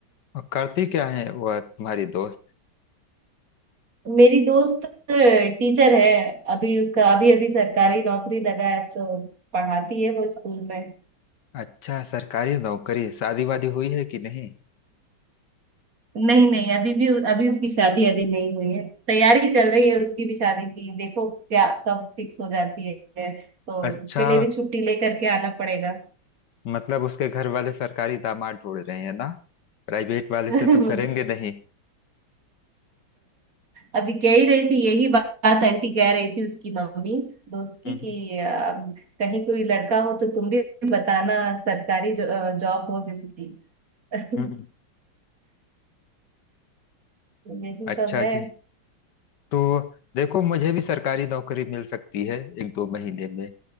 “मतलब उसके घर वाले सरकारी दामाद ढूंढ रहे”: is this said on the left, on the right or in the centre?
Left